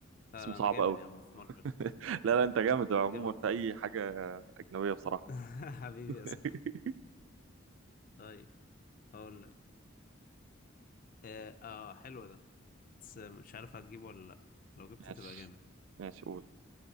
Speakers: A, on the left; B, on the right.
A: لا
B: اسمه
A: لا،
B: صعب
A: أنا جامد
B: قوي
A: يا عم في مارفل
B: <laughs> لا لا انت جامد
A: أنا
B: عموما
A: جامد
B: في اي حاجه اجنبيه بصراحه
A: <laughs> حبيبي
B: <laughs>
A: يا صاحبي طيب هقول لك آه, آه حلو ده بس مش عارف هتجيبه ولا لأ لو جبته
B: ماشي
A: تبقى جامد
B: ماشي قول